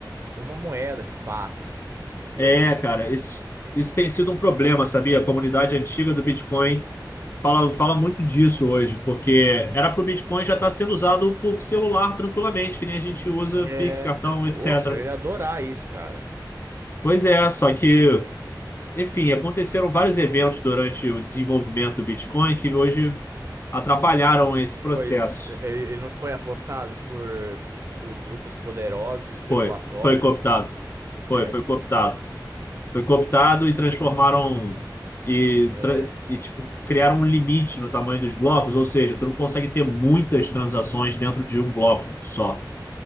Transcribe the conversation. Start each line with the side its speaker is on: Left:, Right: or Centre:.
Right: como uma moeda, de fato. Entendeu?
Left: é, cara, isso, isso tem sido um problema, sabia? A comunidade antiga do Bitcoin fala, fala muito disso hoje, porque era para o Bitcoin já estar sendo usado por celular tranquilamente, que nem a gente usa
Right: É,
Left: Pix, cartão,
Right: cara.
Left: etc.
Right: Nossa, eu iria adorar isso, cara.
Left: Pois é, só que, enfim, aconteceram vários eventos durante o desenvolvimento do Bitcoin que hoje atrapalharam esse processo.
Right: Foi, s- ele não foi apossado por, por grupos poderosos, especulatórios.
Left: Foi, foi cooptado. Foi,
Right: É.
Left: foi cooptado. Foi cooptado e transformaram e,
Right: É.
Left: tra- e, tipo, criaram um limite no tamanho dos blocos, ou seja, tu não consegue ter muitas transações dentro de um bloco só.